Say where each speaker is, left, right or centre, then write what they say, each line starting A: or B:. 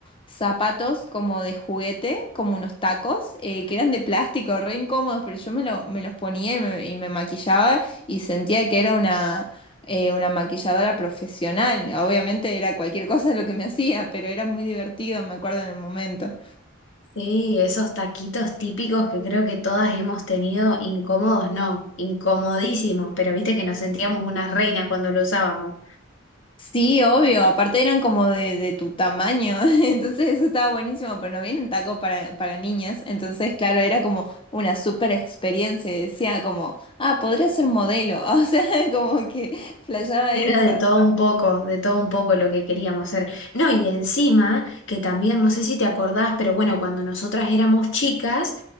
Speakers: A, on the left (about 25°); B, on the left (about 65°).
A: zapatos como de juguete, como unos tacos, eh, que eran de plástico, re incómodos, pero yo me, lo- me los ponía y me, y me maquillaba y sentía que era una, eh, una maquilladora profesional. Obviamente era cualquier cosa lo que me hacía, pero era muy divertido, me acuerdo en el momento.
B: Sí, esos taquitos típicos que creo que todas hemos tenido, incómodos, no, incomodísimos, pero viste que nos sentíamos unas reinas cuando lo usábamos.
A: Sí, obvio, aparte eran como de, de tu tamaño, <laughs> entonces eso estaba buenísimo, pero no vienen tacos para, para niñas, entonces claro, era como una super experiencia, y decía como, ah, podría ser modelo, <laughs> o sea, como que flasheaba
B: Era
A: esa.
B: de todo un poco, de todo un poco lo que queríamos hacer. No, y encima, que también, no sé si te acordás, pero bueno, cuando nosotras éramos chicas,